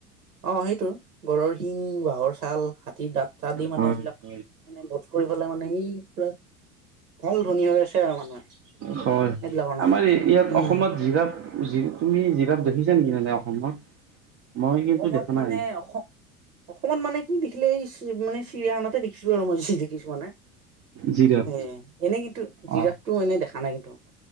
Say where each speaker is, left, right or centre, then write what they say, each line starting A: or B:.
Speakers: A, on the right; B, on the right.
A: অ' সেইটো গড়ৰ শিং, বাঘৰ ছাল, হাতীৰ দাঁত আদি মানে
B: হয়
A: এইবিলাক
B: হয়।
A: মানে বধ কৰি পেলাই মানে সেই পুৰা ভাল ধনী হৈ আছে আৰু মানুহে।
B: হয়,
A: সেইবিলাকৰ
B: হয়',
A: নামত
B: আমাৰ ই ইয়াত
A: উম
B: অসমত জিৰাফ জি তুমি জিৰাফ দেখিছা নেকি এনেই অসমত, মই
A: অসমত
B: কিন্তু দেখা
A: মানে
B: নাই।
A: অসম অসমত মানে কি দেখিলে এই চি মানে চিৰিয়াখানাতে দেখিছো আৰু মই চি দেখিছোঁ মানে।
B: জিৰাফ
A: এ', এনেই কিন্তু জিৰাফটো
B: অ
A: এনেই দেখা নাই কিন্তু।